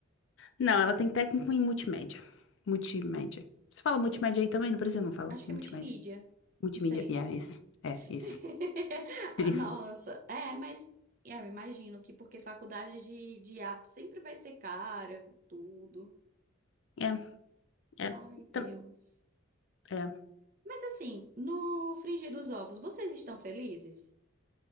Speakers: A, on the left; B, on the right.
A: Não, ela tem técnico em multimédia. Multimédia. Você fala multimédia aí também? No Brasil não fala
B: Acho que
A: multimédia.
B: é multimídia.
A: Multimídia.
B: Não sei.
A: Yeah, isso. É, isso.
B: <laughs>
A: <laughs>
B: Ah,
A: É isso.
B: Nossa, é, mas é, eu imagino que porque faculdade de, de arte sempre vai ser cara, tudo.
A: É. É,
B: Ai, Deus.
A: tam- é.
B: Mas assim, no Frigir dos Ovos, vocês estão felizes?